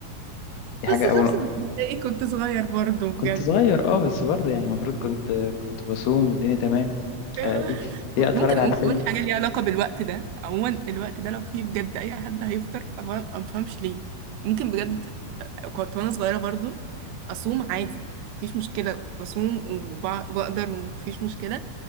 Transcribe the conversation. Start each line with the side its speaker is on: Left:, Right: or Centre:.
Left: دي
Right: بس
Left: حاجه
Right: خمسة
Left: اول
Right: دقايق كنت صغير برضه بجد
Left: كنت صغير اه بس برضه يعني المفروض كنت كنت بصوم والدنيا تمام
Right: <laughs> آه.
Left: آه، دي دي
Right: ممكن
Left: اتفرج على
Right: ممكن
Left: الفيلم
Right: اقول حاجه ليها علاقه بالوقت ده عموما الوقت ده لو فيه بجد اي حد هيفطر فهو ما بفهمش ليه ممكن بجد كنت وانا صغيره برضو اصوم عادي مفيش مشكله بصوم وبع- وبقدر مفيش مشكله